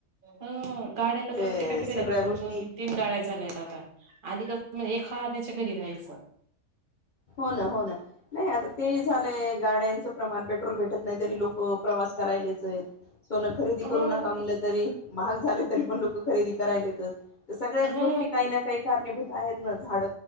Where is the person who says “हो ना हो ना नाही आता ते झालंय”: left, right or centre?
Left